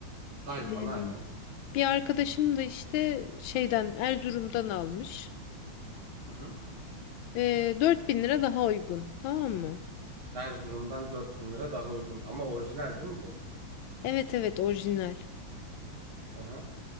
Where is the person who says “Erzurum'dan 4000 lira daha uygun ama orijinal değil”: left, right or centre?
Right